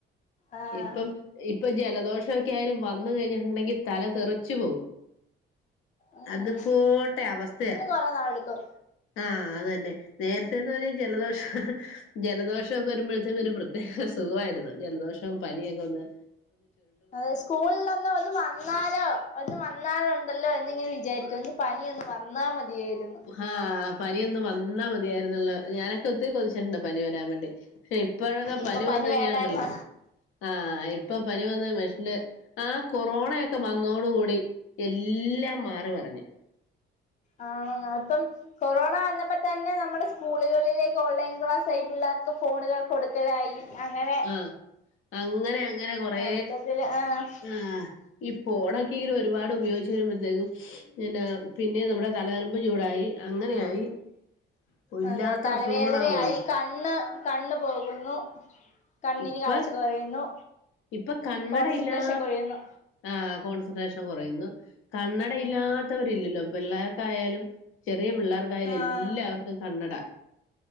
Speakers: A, on the left; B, on the left.
A: ആഹ്
B: ഇപ്പം ഇപ്പൊ ജലദോഷൊക്കായാലും വന്ന്കഴിഞ്ഞിട്ടുണ്ടെങ്കി തല തെറിച്ച് പോകും
A: ഉം
B: അത്പോട്ടെ അവസ്ഥയ
A: അത് നാളെട്ക്കും
B: ആഹ് അതന്നെ നേരത്തേന്നറഞ്ഞ ജലദോഷ ജലദോഷൊക്കൊവരുമ്പഴത്തേന് ഒരു പ്രത്യേക സുഖവായിരുന്നു ജലദോഷ ട്ടം പനിയൊക്കെ വന്നാ
A: അതെ സ്കൂളിലന്നു ഒന്ന് വന്നാലോ ഒന്ന് വന്നാലുണ്ടല്ലോ എന്നിങ്ങി ചാരിക്കൊന്ന് പനിയൊന്ന് വന്നാ മതിയായിരുന്നു
B: ആഹ് പനിയൊന്ന് വന്നാമതിയായിരുന്നല്ലോ ഞാനൊക്കൊത്തിരി കൊതിച്ചിട്ട്ണ്ട് പനി വരാൻ വേണ്ടി പക്ഷെ ഇ ഇപ്പങ്ങാ
A: ഇപ്പൊ
B: പനി വന്ന്കയിഞ്ഞാണ്ടല്ലേ
A: വേണ്ടായിരുന്നു
B: ആഹ് ഇപ്പൊ പനി വന്നാ മഷ് ന്ന് ആഹ് കൊറോണയൊക്കെ വന്നോട്കൂടി എല്ലാം മാറിമറിഞ്ഞു
A: ആഹ് നാത്തം കൊറോണവന്നപ്പ പ്പ്തന്നെ നമ്മുടെ സ്കൂളുകളിലേക്ക് ഓൺലൈൻ ക്ലാസ്സായി പിള്ളേർക്ക് ഫോണ്കൾ കൊട്ക്കലായി അങ്ങനെ
B: ആഹ് അങ്ങനെ അങ്ങനെ കൊറേ
A: മൊത്തത്തില് ആഹ്
B: ആഹ് ഈ ഫോണെക്കെയിങ്ങനെ ഒരുപാട് ഉപയോഗിച്ച് വരുമ്പത്തേക്കും പിന്നെ പിന്നെം നമ്മുടെ തലനരമ്പ് ചൂടായി അങ്ങനെയായി പ്പില്ലാത്ത
A: അതെ തലവേദനയായി
B: അസുഖങ്ങളാവല്ലോ
A: കണ്ണ് കണ്ണ് പോകുന്നു കണ്ണിന്
B: ഇപ്പൊ
A: കാഴ്ച കൊറയുന്നു
B: ഇപ്പൊ കണ്ണട
A: കോൺസൻട്രേഷൻ
B: ഇല്ലാ
A: കൊറയുന്നു
B: ആഹ് കോൺസൻട്രേഷൻ കൊറയുന്നു കണ്ണടയില്ലാത്തവരില്ലല്ലോ പില്ലാർ തായാലും ചെറിയ പിള്ളേർക്കായാലും
A: ആഹ്
B: എല്ലാവർക്കും കണ്ണട